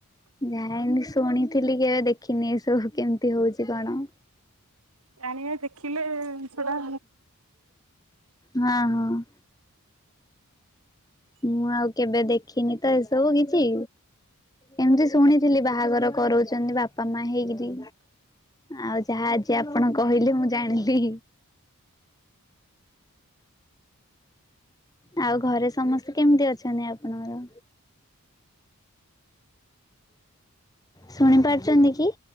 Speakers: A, on the left; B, on the right.
A: ଯାଏନି ଶୁଣିଥିଲି କେବେ ଦେଖିନି ଏସବୁ କେମିତି ହଉଛି କଣ।
B: ଆଣିବା ଦେଖିଲେ ସେଟା
A: ହଁ ହଁ। ମୁଁ ଆଉ କେବେ ଦେଖିନି ତ ଏସବୁ କିଛି। ଏମିତି ଶୁଣିଥିଲି ବାହାଘର କରଉଛନ୍ତି ବାପା ମା ହେଇକିରି। ଆଉ ଯାହା ଆଜି ଆପଣ କହିଲେ ମୁଁ ଜାଣିଲି। ଆଉ ଘରେ ସମସ୍ତେ କେମିତି ଅଛନ୍ତି ଆପଣଙ୍କର? ଶୁଣି ପାରୁଛନ୍ତି କି?